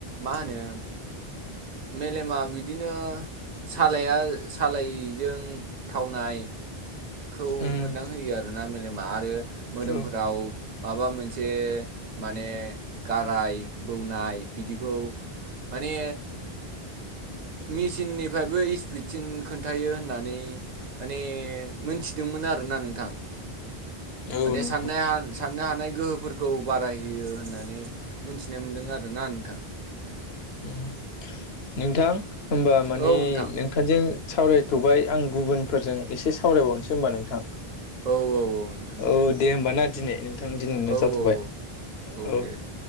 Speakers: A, on the right; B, on the left.
A: मा होनो मेलेमा बिदिनो सालाया सालायजों थावनाय
B: <inaudible>
A: खौ
B: उम
A: मोनदांहोयो आरोना मेलेमा आरो मोदोमफोराव
B: औ
A: माबा मोनसे माने गाराय बौनाय बिदिखौ माने मिसिननिफ्रायबो स्पिडसिन खोन्थायो होननानै माने मोनथिदोंमोन आरोना नोंथां
B: औ
A: माने
B: नोंथां
A: साननाय हान‌ साननो हानाय गोहोफोरखौ बाराय होयो होननानै मिथिनाय मोन्दों आरोना नोंथां।
B: उम नोंथां होमबा माने
A: औ नोंथां
B: नोंथांजो सावरायथ'बाय आं गुबुनफोरजों एसे सावरायबावनोसै होमबा नोंथां
A: औ औ औ नोंथां
B: औ दे होमबा ना दिनै नों नोंथां दिनैना
A: औ
B: जाथ'बाय
A: औ औ
B: औ।
A: दे दे